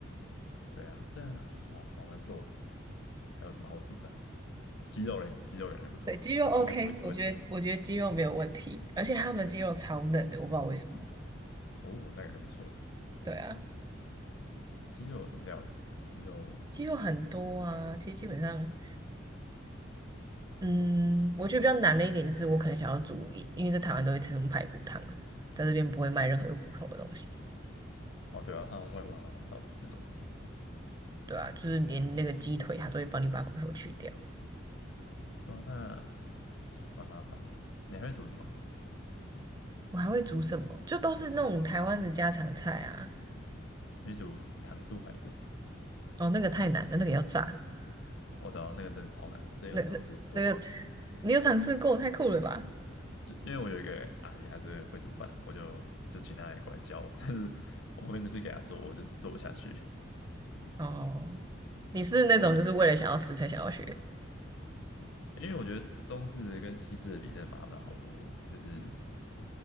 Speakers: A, on the left (about 65°); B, on the right (about 20°).
A: 对啊，这样好好难受。还有什么好煮的？鸡肉嘞，鸡肉感觉不错，
B: 对，鸡肉 OK，
A: 应该不会出问题吧？
B: 我觉得我觉得鸡肉没有问题，而且他们的鸡肉超嫩的，我不知道为什么。
A: 哦，那感觉不错。
B: 对啊，
A: 鸡肉有什么料理？鸡肉
B: 鸡肉很多啊，其实基本上。嗯，我觉得比较难的一点就是，我可能想要煮一因为在台湾都会吃什么排骨汤什么的在这边不会卖任何有骨头的东西，
A: 哦，对啊，他们外国人好像很少吃这种。
B: 对啊，就是连那个鸡腿，它都会帮你把骨头去掉。
A: 对啊，那蛮麻烦的。你还会煮什么？
B: 我还会煮什么？就都是那种台湾的家常菜啊。
A: 你会煮糖醋排骨吗？
B: 哦，那个太难了，那个要炸，
A: 我知道那个真的超难的，我之前有尝试做有一次，
B: 那那那个你有尝试过？太酷了吧？
A: 就因为我有一个阿姨，还是会煮饭的，我就就请她来过来教我，但是我后面就是给她做，我就是做不下去，
B: 哦，你是那种就是为了想要吃才想要学？
A: 因为我觉得中中式的跟西式的比，真的麻烦好多，就是